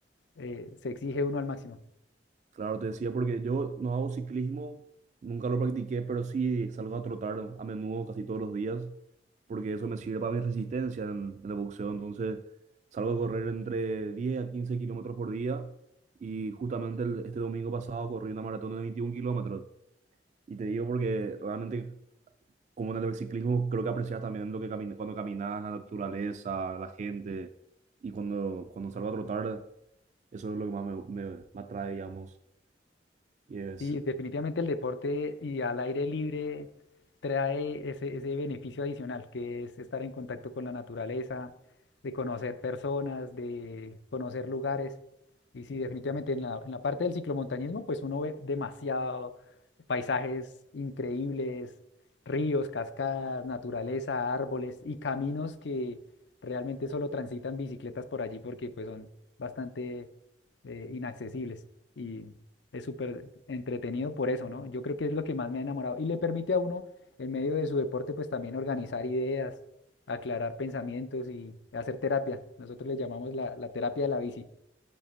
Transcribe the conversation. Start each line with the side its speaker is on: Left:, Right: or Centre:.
Left: eh, se exige uno al máximo.
Right: Claro, te decía, porque yo no hago ciclismo, nunca lo practiqué, pero sí salgo a trotar a menudo, casi todos los días, porque eso me sirve para mi resistencia en, en el boxeo. Entonces, salgo a correr entre 10 a 15 kilómetros por día y justamente el- este domingo pasado corrí una maratón de 21 kilómetros. Y te digo porque realmente, como en el ciclismo, creo que aprecias también lo que camina, cuando caminas, la naturaleza, la gente, y cuando, cuando salgo a trotar, eso es lo que más me, me, me atrae, digamos, y es
Left: Sí, definitivamente el deporte y al aire libre trae ese, ese beneficio adicional, que es estar en contacto con la naturaleza, de conocer personas, de conocer lugares. Y sí, definitivamente en la, en la parte del ciclomontañismo, pues uno ve demasiado paisajes increíbles, ríos, cascadas, naturaleza, árboles y caminos que realmente solo transitan bicicletas por allí porque pues son bastante eh, inaccesibles. Y es súper entretenido por eso, ¿no? Yo creo que es lo que más me ha enamorado. Y le permite a uno, en medio de su deporte, pues también organizar ideas, aclarar pensamientos y hacer terapia. Nosotros le llamamos la, la terapia de la bici.